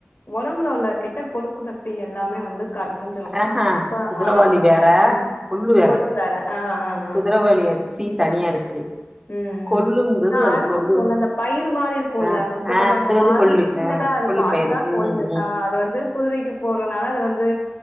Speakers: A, on the left; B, on the right.
A: ஒடம்புல உள்ள கெட்ட கொழுப்பு சக்தி எல்லாமே வந்து கர அஞ்சிரு
B: ஆஹா
A: அப்ப
B: குதிரவாளி
A: ஆஹ்
B: வேற
A: ம்
B: கொள்ளு வேற
A: கொச்ச நேர ஆஹ் ஆஹ்
B: குதிரவாளி அரிசியு தனியா இருக்கு
A: ம்
B: கொள்ளுங்கிறது
A: நா
B: அது
A: அரிசி
B: கொள்ளு
A: சொல்ல இந்த பயிர் மாரி இருக்கும்ல்ல
B: ஆ
A: மொச்சை
B: ஆ
A: பட்டாணி
B: அது வந்து
A: மாரி
B: கொள்ளு
A: சின்னதா
B: ஆ
A: இருக்கு
B: கொள்ளு
A: அதுதா
B: பயிறு ம்
A: கொள்ளு
B: ம்
A: ஆஹ் அது வந்து குதிரைக்கு போடுறதுனால அது வந்து